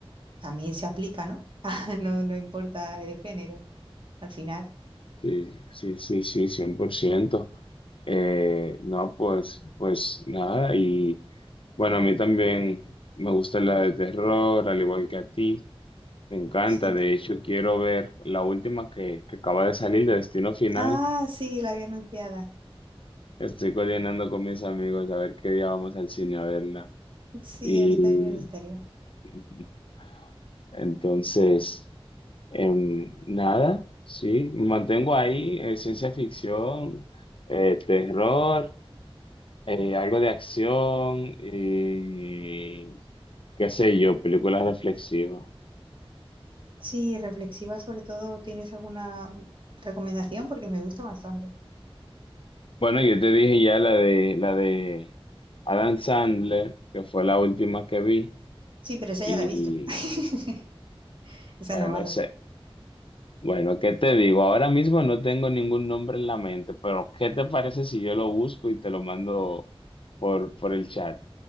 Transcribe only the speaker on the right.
también se aplica, ¿no? <laughs> Ah, No, no importa el género, al final.
Sí.
Ah, sí, la había anunciada.
Sí,
a mí también me gustaría.
Sí, reflexiva sobre todo, ¿tienes alguna recomendación? Porque me gusta bastante.
Sí, pero esa
ya la he visto. <laughs> Esa
no vale.